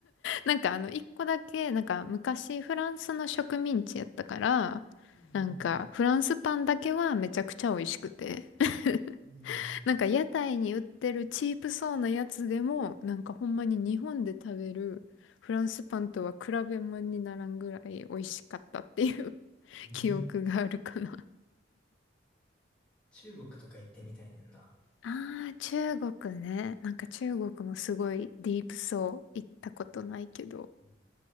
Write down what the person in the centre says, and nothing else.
うん。
<laughs> うん
うん
中国とか行ってみたいねんな。
うん